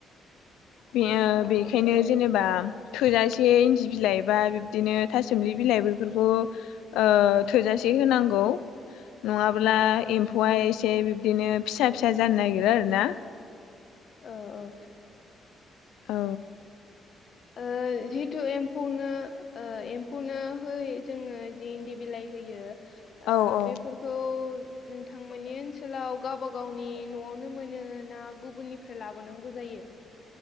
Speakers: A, on the left; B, on the left.
A: बेयो
B: औ
A: बेखायनो जेनेबा थोजासे इन्दि बिलाइ बा बिब्दिनो थासुमलि बिलाइ बेफोरखौ ओ थोजासे होनांगौ नङाब्ला
B: औ
A: एम्फौआ एसे से बिब्दिनो फिसा फिसा जानो नागिरो आरो ना।
B: ओ औ
A: ओ
B: ओ जिहेथु एम फौनो ओ एम्फौनो हो जोङो जि इन्दि बिलाइ होयो। ओ
A: औ औ
B: बेफोरखौ नोंथांमोननि ओनसोलाव गावब गावनि न'आवनो मोनो ना गुबुननिफ्राय लाबोनांगौ जायो।